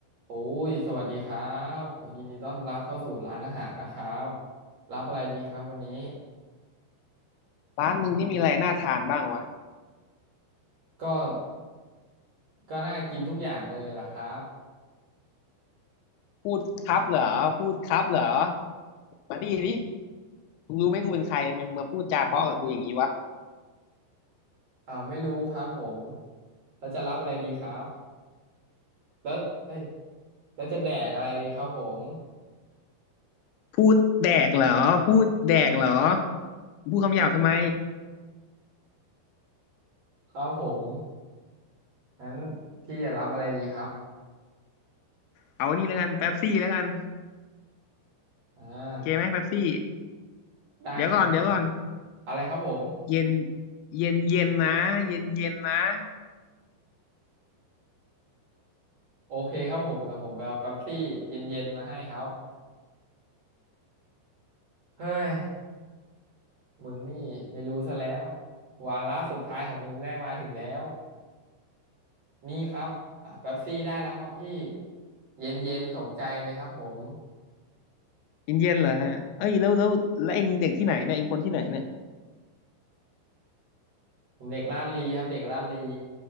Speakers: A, on the right; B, on the left.
A: โอ้ยสวัสดีครับโอ้ยินดีต้อนรับเข้าสู่ร้านอาหารนะครับรับอะไรดีครับวันนี้
B: ร้านมึงนี่มีอะไรน่าทานบ้างวะ
A: ก็ก็น่ากินทุกอย่างเลยล่ะครับ
B: พูดครับเหรอพูดครับเหรอมาดิดิมึงรู้ไหมกูเป็นใครมึงมาพูดจาเพราะกับกูอย่างนี้วะ
A: อ่าไม่รู้ครับผมแล้วจะรับอะไรดีครับแล้วเอ้ยแล้วจะแดกอะไรดีครับผม
B: พูดแดกเหรอพูดแดกเหรอพูดคำหยาบทำไม
A: ครับผมงั้นพี่จะรับอะไรดีครับ
B: เอานี่แล้วกันเป๊ปซี่แล้วกัน
A: อ่า
B: โอเคไหมเป๊ปซี่
A: ได้ครับ
B: เดี๋ยวก่อนเดี๋ยวก่อน
A: อะไรครับผม
B: เย็นเย็นเย็นนะเย็นเย็นนะ
A: โอเคครับผมเดี๋ยวผมไปเอาเป๊ปซี่เย็นๆมาให้ครับเฮ้ย มึงนี่ไม่รู้ซะแล้ววาระสุดท้ายของมึงได้มาถึงแล้วนี่ครับอ่าเป๊ปซี่ได้แล้วครับพี่เย็นเย็นสมใจเลยครับผม
B: เย็นเย็นเหรอฮะเอ้ยแล้วแล้วแล้วเองเด็กที่ไหนเนี่ยเองคนที่ไหนเนี่ย
A: ผมเด็กลาดลีครับเด็กลาดลี